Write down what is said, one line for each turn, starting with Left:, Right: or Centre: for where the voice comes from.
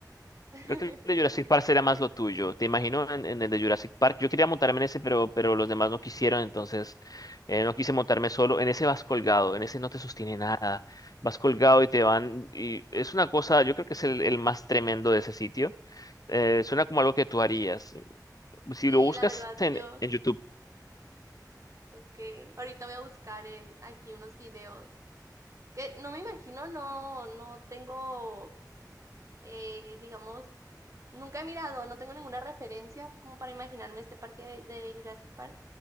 Right: <laughs>
Left: Creo que el de Jurassic Park será más lo tuyo. Te imagino en, en el de Jurassic Park. Yo quería montarme en ese, pero, pero los demás no quisieron, entonces eh, no quise montarme solo. En ese vas colgado, en ese no te sostiene nada. Vas colgado y te van. Y es una cosa, yo creo que es el, el más tremendo de ese sitio. Eh, suena como algo que tú harías. Si
Right: Sí,
Left: lo buscas
Right: la verdad,
Left: en,
Right: yo,
Left: en YouTube,
Right: ok. Ahorita voy a buscar en aquí unos videos que no me imagino, no, no tengo, eh, digamos, nunca he mirado, no tengo ninguna referencia como para imaginarme este parque de, de Jurassic Park,